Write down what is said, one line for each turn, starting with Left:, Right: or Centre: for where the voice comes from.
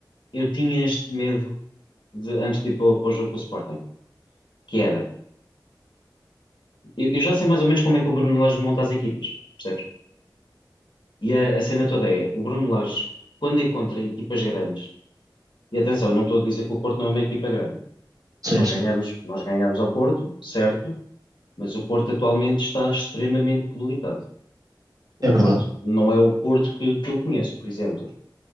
Left: eu tinha este medo de, antes de ir para, o para o jogo com o Sporting, que era, eu, eu já sei mais ou menos como é que o Bruno Lage monta as equipas, percebes? E a, a cena toda é, o Bruno Lage, quando é contra equipas grandes, e atenção, eu não estou a dizer que o Porto não é uma equipa grande,
Right: Sim,
Left: nós
Right: sim.
Left: ganhamos, nós ganhamos ao Porto, certo, mas o Porto atualmente está extremamente debilitado. O
Right: É
Left: Porto
Right: verdade.
Left: não é o Porto que, que eu conheço, por exemplo.